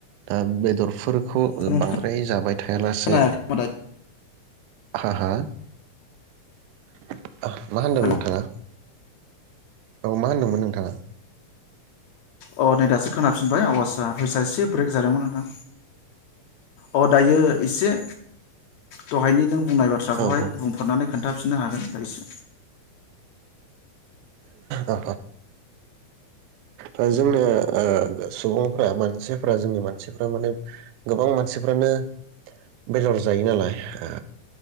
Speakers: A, on the right; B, on the left.
A: दा बेदर फोर खौ
B: नोंथां
A: बांद्राय जाबाय थायालासे
B: खोनायाखै नामा दायो?
A: हा हा <inaudible> आह मा होनदों
B: हेल'
A: नोंथाङा? औ मा होनदोंमोन नोंथाङा?
B: अ नै दासो खोनाफिनबाय आवासा भ'इसा एसे ब्रेक जादोंमोन नोंथां। अ दायो एसे दहायनि नों बुंनाय बाथ्राखौहाय
A: ओ
B: बुंफोरनानै खोन्थाफिननो हागोन दा एसे
A: ओह अ अ ओ जोंनो ओ सुबुंफ्रा मानसिफ्रा जोंनि मानसिफ्रा माने गोबां मानसिफ्रानो बेदर जायो नालाय ओ